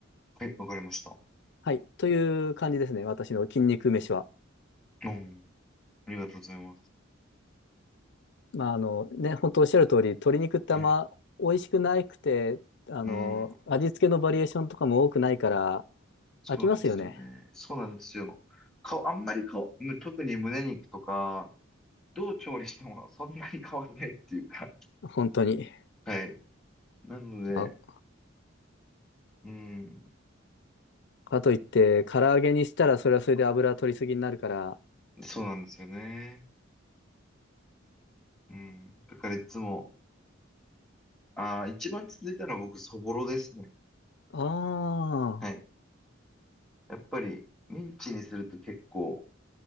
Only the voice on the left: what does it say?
はい。という感じですね。私の筋肉飯は。
まあ、あの、ね、本当おっしゃる通り、鶏肉ってあんま美味しくなくて、
あの、
味付けのバリエーションとかも多くないから、
飽きますよね。
本当に。
まあ、
かといって、唐揚げにしたらそれはそれで油取りすぎになるから。
ああ、